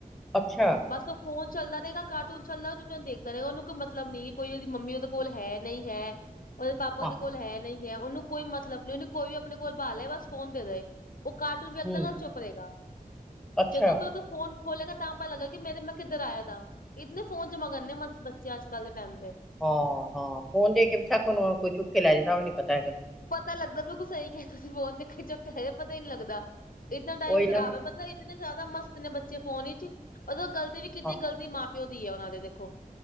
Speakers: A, in the centre; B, on the left.
A: ਅੱਛਾ।
B: ਬਸ ਉਹ ਫੋਨ ਚੱਲਦਾ ਰਹੇਗਾ, ਕਾਰਟੂਨ ਚੱਲਦਾ ਦੇਖਦਾ ਰਹੇ ਗਾ ਉਹਨੂੰ ਕੋਈ ਮਤਲਬ ਨਹੀਂ ਕੋਈ ਉਹਦੀ ਮੰਮੀ ਉਹ ਕੋਲ ਹੈ, ਨਹੀਂ ਹੈ। ਉਹਦੇ ਪਾਪਾ
A: ਹਾਂ
B: ਦੇ ਕੋਲ ਹੈ, ਨਹੀਂ ਹੈ, ਉਹਨੂੰ ਕੋਈ ਮਤਲਬ ਨਈ ਉਹਨੂੰ ਕੋਈ ਆਪਣੇ ਕੋਲ ਬਾ ਲੇ ਬਸ ਫੋਨ ਦੇਦੇ ਉਹ ਕਾਰਟੂਨ ਵੇਖਦਾ
A: ਹਮ
B: ਨਾ ਚੁੱਪ ਰਹੇਗਾ,
A: ਅੱਛਾ
B: ਜਦੋਂ ਕੋਲ ਕੋ ਫ਼ੋਨ ਖੋਲੇਗਾ ਤਾਂ ਪਤਾ ਲੱਗਏਗਾ ਕਿ, ਮੇਰੇ ਮੈਂ ਕਿਧਰ ਆਇਆ ਦਾ, ਇਤਨੇ ਫੋਨ ਚ ਮਗਨ ਨੇ ਮਤਲ ਅੱਜ- ਕੱਲ੍ਹ ਦੇ ਟਾਈਮ ਤੇ,
A: ਹਾਂ, ਹਾਂ ਫੋਨ ਦੇ ਕੇ ਬੇਸ਼ਕ, ਉਨੂੰ ਕੋਈ ਚੁੱਕ ਕੇ ਲੈ ਜਾਂਦਾ ਉ ਵੀ ਨੀ ਪਤਾ ਹੈਗਾ
B: ਪਤਾ ਲੱਗਦਾ ਬਿਲਕੁਲ ਸਹੀ ਕਿਹਾ ਹਿ, ਤੁਸੀਂ ਫੋਨ ਤੇ ਚ ਕਹਿ ਰੇ, ਪਤਾ ਹੀ ਨੀ ਲੱਗਦਾ ਇਨਾ ਟਾਈਮ
A: ਉਹੀ
B: ਖਰਾਬ
A: ਨਾ
B: ਹੈ, ਮਤਲਬ ਇੰਨੇ ਜ਼ਿਆਦਾ ਮਸਤ ਬੱਚੇ ਫੋਨ ਵਿਚ, ਅਗਰ ਗਲਤੀ ਵੀ ਕੀਤੀ
A: ਹਾਂ
B: ਗਲਤੀ ਮਾਂ ਪਿਓ ਦੀ ਆ ਉਹਨਾਂ ਦੇ ਦੇਖੋ,